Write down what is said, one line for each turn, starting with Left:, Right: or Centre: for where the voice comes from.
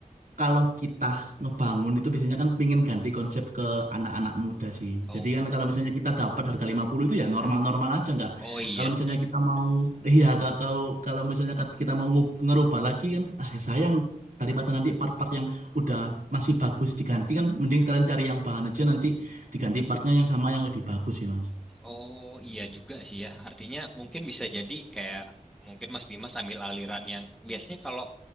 Right: kalau kita ngebangun itu biasanya kan pingin ganti konsep ke anak-anak muda sih.
Centre: Oh,
Right: Jadi kan kalau misalnya kita dapat harga 50 itu ya normal-normal
Centre: hmm.
Right: aja nggak.
Centre: oh iya
Right: Kalau misalnya
Centre: sih.
Right: kita mau <laughs> iya ka- kalau kalau misalnya kat- kita mau ngub- ngerubah lagi kan ah ya sayang daripada nanti part-part yang udah masih bagus diganti kan mending sekalian cari yang bahan aja nanti diganti partnya yang sama yang lebih bagus sih Mas.
Centre: Oh iya juga sih ya. Artinya mungkin bisa jadi kayak mungkin Mas Dimas ambil aliran yang biasanya kalau